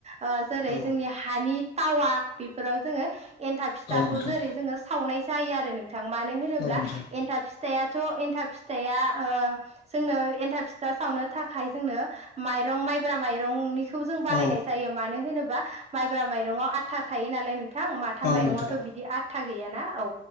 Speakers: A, on the right; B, on the left.
A: ओ जेरै
B: औ
A: जोंनि हानि थावा बेफोराव जोङो एन्थाब फिथा
B: नोंथां
A: खौ जेरै जोङो सावनाय जायो आरो नोंथां मानो होनोब्ला
B: औ नोंथां
A: एन्थाब फिथाइयाथ' एथा फिथाया ओ जोंनो एन्थाब फिथा सावनो थाखाय जोंनो माइरं माइब्रा माइरंनिखौ जों बालायनाय
B: औ
A: जायो मानो होनोबा माइब्रा माइरङाव आथा थायो नालाय नोंथां माथा
B: औ
A: माइरङाव
B: नोंथां
A: थ' बिदि आदथा गैयाना औ